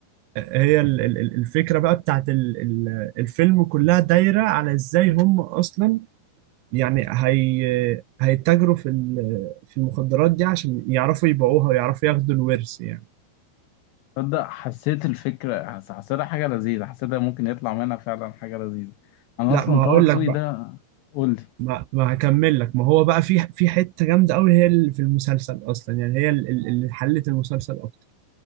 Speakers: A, on the right; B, on the left.
A: هي ال- ال- الفكرة بقى بتاعت ال- ال- الفيلم كلها دايرة على ازاي هم اصلا يعني هي هيتاجروا في ال- في المخدرات دي عشان يعرفوا يبيعوها ويعرفوا ياخدوا الورث يعني
B: تصدق حسيت الفكرة حس- حسيتها حاجة لذيذة حسيتها ممكن يطلع منها فعلا حاجة لذيذة انا
A: لا
B: اصلا
A: ما
B: طه
A: هقول
B: دسوقي
A: لك بقى
B: ده قول
A: ما ما هكمل لك ما هو بقى في في حته جامده قوي هي اللي في المسلسل اصلا يعني هي ال- ال- اللي حلت المسلسل اكتر